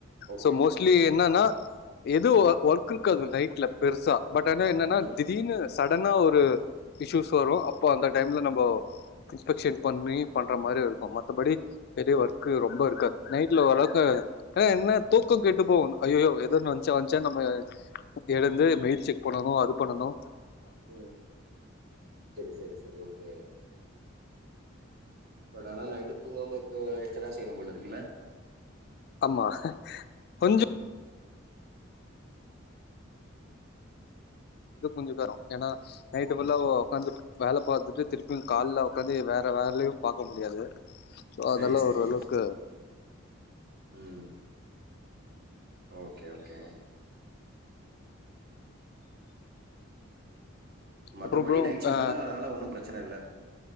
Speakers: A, on the right (about 50°); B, on the left (about 50°).
A: ஓகே
B: சோ மோஸ்ட்லி என்னன்னா எது ஒ ஒர் ஒர்க் இருக்காது நைட்ல பெருசா பட் ஆனா என்னன்னா
A: ம்
B: திடீர்னு ஸடனா ஒரு இஷ்யூஸ் வரூ அப்போ அந்த டைம்ல நம்போ இன்ஸ்பெக்ஷன் பண்ணி பண்ற மாரி இருக்கூ மத்தபடி பெரிய ஒர்க்கு ரொம்ப இருக்காது நைட்ல ஓரளவுக்கு ஆனா என்ன தூக்கோ கெட்டு போகு அய்யோ எதான்னு வந்ச்சா வந்ச்சா நம்ம எழுந்து மெயில் செக் பண்ணணு அது பண்ணணு
A: ம் செரி செரி செரி ஓகே பட் ஆனா நைட்டு தூங்காம இருக்க இருக்கதா செய்யணு போலருக்குல்ல
B: ஆமா கொஞ்சோ ஏதோ கொஞ்சக்காலோ ஏன்னா நைட்டு ஃபுல்லா ஒக்காந்து வேல பாத்துட்டு திருப்பியு கால்ல ஒக்காந்து வேற வேலயு பாக்க முடியாது சோ
A: செரி
B: அதெல்லா
A: செரி
B: ஓரளவுக்கு
A: ம் ஓகே ஓகே மத்தபடி
B: அப்றோ ப்ரோ
A: நைட் ஷிஃப்ட்
B: ஆ
A: தா அதனால ஒன்னு பிரச்சன இல்ல